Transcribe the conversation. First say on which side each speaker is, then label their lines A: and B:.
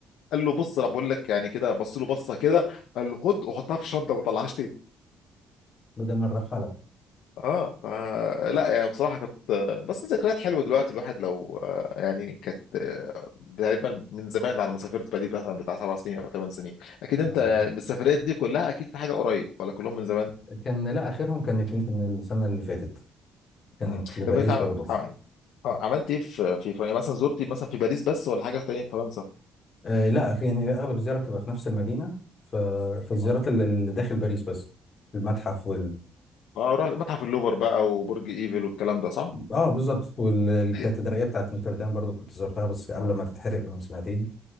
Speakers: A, on the left (about 80°); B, on the left (about 25°).
A: قال له بص انا بقول لك يعني كده بص له بصه كده قال له خد وحطها في الشنطه وما طلعهاش تاني
B: ده من رفعلك
A: اه آه، لا يعني بصراحة كانت بس ذكريات حلوة دلوقتي الواحد لو آه، يعني كانت آه، تقريبا من زمان على ما سافرت بالي مثلا بتاع سبع سنين او ثمان سنين اكيد انت
B: أيوة.
A: بالسفريات دي كلها اكيد في حاجة قريب ولا كلهم من زمان
B: كان لا اخرهم كانت يمكن السنه اللي فاتت كانت
A: مم.
B: لباريس
A: طب انت عم...
B: برضو
A: عم- آه، عملت ايه في في فرنسا مثلا زرتي مثلا في باريس بس ولا حاجة تانية في فرنسا
B: آه لا في يعني اغلب الزياره بتبقى في نفس المدينه ف... فالزيارات
A: اه
B: اللي اللي داخل باريس بس المتحف
A: اه رحت متحف اللوفر بقى وبرج ايفل والكلام ده صح؟
B: اه بالظبط والكاتدرائيه
A: إيه.
B: بتاعت نوتردام برضو كنت زرتها بس قبل
A: اه
B: ما تتحرق من سنتين